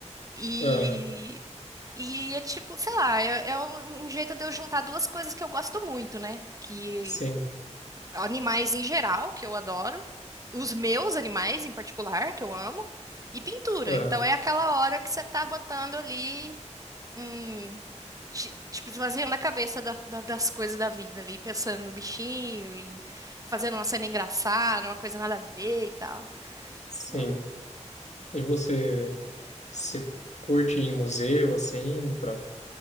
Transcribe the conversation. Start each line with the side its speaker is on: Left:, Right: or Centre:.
Right: E.
Left: Aham,
Right: E é tipo, sei lá, é, é um, um jeito de eu juntar duas coisas que eu gosto muito, né? Que
Left: sim,
Right: animais em geral, que eu adoro, os meus animais em particular, que eu amo, e pintura.
Left: aham,
Right: Então é aquela hora que você tá botando ali um- ti- tipo, esvaziando a cabeça da- da- das coisas da vida ali, pensando no bichinho e fazendo uma cena engraçada, uma coisa nada a ver e tal.
Left: sim.
Right: Então,
Left: E você, se curte ir em museu, assim, para